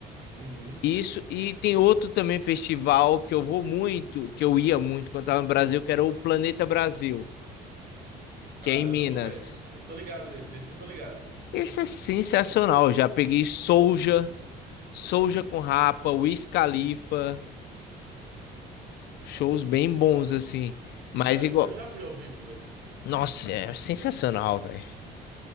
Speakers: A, on the right; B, on the left.
A: Uhum.
B: Isso, e tem outro também festival que eu vou muito, que eu ia muito quando estava no Brasil, que era o Planeta Brasil,
A: Caramba,
B: que é em Minas.
A: velho. Eu tô ligado esse, esse eu tô ligado.
B: Esse é sensacional. eu Já peguei Soulja, Soulja com Rapa, Wiz Khalifa, shows bem bons assim.
A: O
B: Mas
A: Scalife
B: igual,
A: eu já vi ao vivo, velho.
B: nossa, é sensacional, velho.